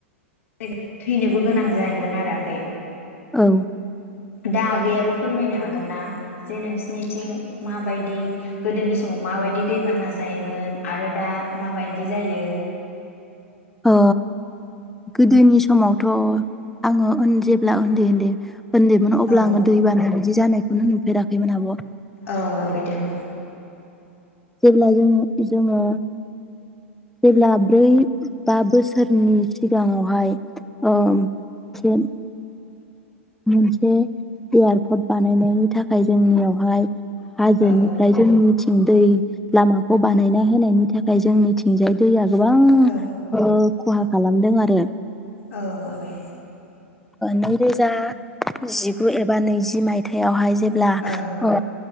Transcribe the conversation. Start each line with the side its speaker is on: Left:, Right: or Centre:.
Left: <unintelligible> थैनोबो गोनां जायोमोन आरो आगै।
Centre: औ।
Left: दा आगैयाबो फोरमायनो हागोन ना जे नोंसिनिथिं माबायदि गोदोनि समाव माबायदि दैबाना जायोमोन आरो दा माबायदि जायो?
Centre: ओ गोदोनि समावथ' आङो ओन जेब्ला उन्दै उन्दै ओन्दैमोन अब्ला
Left: औ
Centre: आङो दै बाना बिदि जानाय नुफेराखैमोन आब'।
Left: औ आगैदों ।
Centre: जेब्ला जोंङो जोङो जेब्ला ब्रै बा बोसोरनि सिगाङावहाय। अ जों। मोनसे एयारपर्ट बानायनायनि थाखाय जोंनियावहाय। हाजो
Left: औ
Centre: निफ्राय जोंनि। जोंनिथिं दै लामाखौ बानायना होनायनि थाखाय जोंनिथिंजाय दैया। गोबां ओ
Left: औ
Centre: खहा खालामदों आरो
Left: औ आगै
Centre: नैरोजा जिगु एबा नैजि मायथाइवहाय जेब्ला
Left: औ
Centre: अ